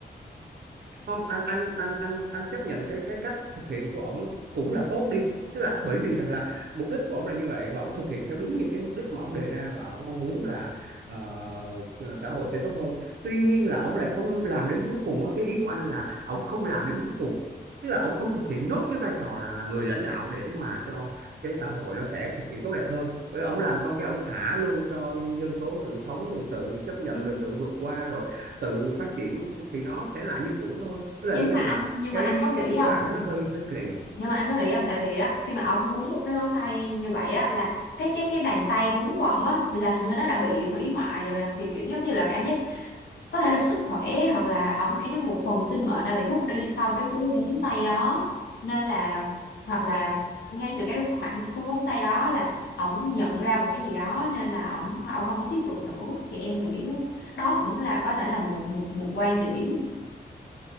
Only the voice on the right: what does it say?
không anh anh anh anh anh chấp nhận cái cái cách thực hiện của ổng cũng là tốt đi tức là bởi vì rằng là mục đích của ổng là như vậy và ổng thực hiện theo đúng những cái mục đích mà ổng đề ra và ổng mong muốn là ờ, xã hội sẽ tốt hơn tuy nhiên là ổng lại không làm đến cuối cùng á. cái ý của anh là ổng không làm đến cuối cùng tức là ổng
không thực hiện nốt cái vai trò là là người lãnh đạo để mà cho cái xã hội nó sẽ thực hiện tốt đẹp hơn bởi ổng làm xong cái ổng thả luôn cho dân số tự sống rồi tự chấp nhận
rồi tự vượt qua rồi tự phát triển thì nó sẽ lại như cũ thôi tức là
ý
anh
là
cái
cái cái
đoạn đó nó hơi hơi kỳ